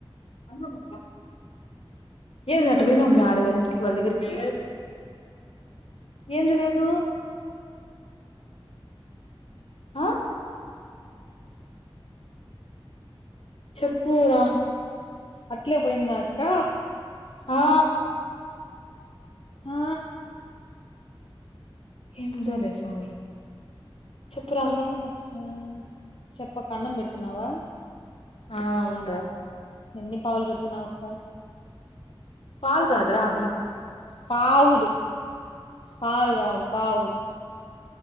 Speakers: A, on the left; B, on the left.
A: <unintelligible> ఏమే అట్ట పోయిన మే వాళ్ల ఇంటికి వాళ్ళ దగ్గరికి ఏందీ లేదు ఆ చెప్పురా
B: అట్లే పోయిందక్క
A: ఆ
B: ఆ
A: ఏముదోలే స్వామి చెప్పురా
B: ఏందక్క చెప్ప అక్క అన్నం పెడుతున్నావా
A: ఆ అవునూ రా
B: ఎన్ని పావులు పెడుతున్నావ అక్క
A: పాలు కాదురా అన్నం
B: పావులు పాలు కాదు పావులు